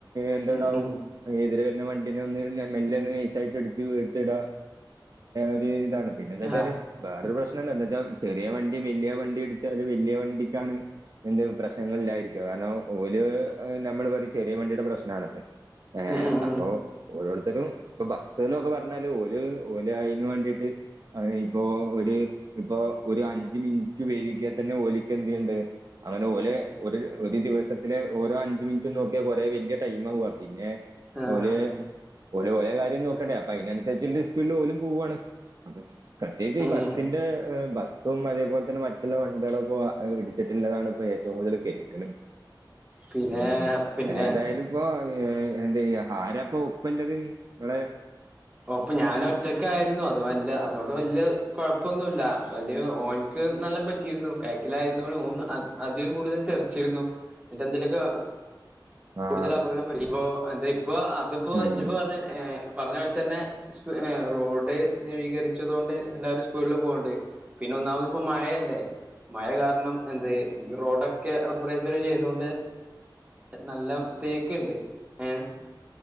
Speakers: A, on the right (about 50°); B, on the right (about 15°).
A: എന്തുണ്ടാവും
B: ഉം ഉം ഉം
A: എതിരെ വണ്ടിനെ ഒന്ന് മെല്ലെ ഒന്ന് നെയ്സ് ആയിട്ട് ഇടിച്ച് എടുത്തിടാ ഒരു ഇതാണ് പിന്നെ എന്താച്ചാല്
B: ആഹ്
A: വേറൊരു പ്രശ്നണ്ട എന്ന് വച്ചാ ചെറിയ വണ്ടി വലിയ വണ്ടി അടിച്ചാല് വലിയ വണ്ടിക്കാണ് എന്ത് പ്രശ്നങ്ങളില്ലായിരിക്ക കാരണം ഓല് നമ്മള് പഠിച്ച ചെറിയ വണ്ടിയുടെ പ്രശ്നണത് ഏഹ്
B: ഉം ഉം
A: അപ്പൊ
B: ഉം
A: ഓരോരുത്തരും ഇപ്പൊ ബസ്ന്നൊക്കെ പറഞ്ഞാല് ഓല് അയിന് വേണ്ടിട്ട്. അ ഇപ്പോ ഒരു ഇപ്പൊ ഒരു അഞ്ച് മിനിറ്റ് വേഴിക്കാ തന്നെ ഓലക്ക് എന്തേയ്ണ്ട് അങ്ങാനൊലെ ഒരു ഒരു ദിവസത്തെ ഓരോ അഞ്ചു മിനിറ്റ് നോക്കിയാ കൊറെേ വലിയ ടൈം ആവാ പിന്നെ
B: ആഹ്
A: ഒലെ ഓല് ഓലെ കാര്യം നോക്കണ്ടേ അപ്പൊ അതിനനുസരിച്ച് സ്പീഡിൽ ഓലും പോവുവാണ് അപ്പം പ്രത്യേകിച്ച് ഈ
B: ഉം
A: ബസ്സിന്റെ ബസ്സും അതേപോലെ തന്നെ മറ്റുള്ള വണ്ടികളൊക്കെ ഇടി ട്ടിലുള്ളതാണ് ഇപ്പോൾ ഏറ്റവും കൂടുതല് കേൾക്കുന്നത്.
B: പിന്നെ
A: ഉം
B: പിന്നെ
A: ഏതായാലും ഇപ്പൊ എന്താ ചെയ്യാ ആരാ ഇപ്പൊ ഉപ്പല്ലത് ഇങ്ങളെ
B: ഓ അപ്പൊ ഞാൻ ഒറ്റക്ക് ആയിരുന്നു, അത് വല്ല, അതുകൊണ്ട് വലിയ കുഴപ്പൊന്നുമില്ല വല്ല്യ ഓനിക്ക് നല്ല പറ്റ ർന്നു. ബാക്കിലായിരുന്നോണ്ട് ഓൻ അധികം കൂടുതൽ തെറിച്ചിരുന്നു ഇന്നിട്ട് എന്തേലുമൊക്കെ
A: ആഹ്
B: കൂടുതൽ അപകടം പറ്റും ഇപ്പൊ എന്താ ഇപ്പൊ അതിപ്പോ
A: ഉം
B: ഇജിപ്പോ പറഞ്ഞ പറഞ്ഞ പോല തന്നെ ഇപ്പോ റോഡ് നവീകരിച്ചത് കൊണ്ട്, എല്ലാവാരും സ്പീഡില് പോകണ്ട് പിന്നെ ഒന്നമത് ഇപ്പ മഴയല്ലേ മഴ കാരണം എന്ത് റോഡൊക്കെ റബറൈസസ് ചെയ്ത് കൊണ്ട് നല്ലം തേക്കുണ്ട്, എഹ്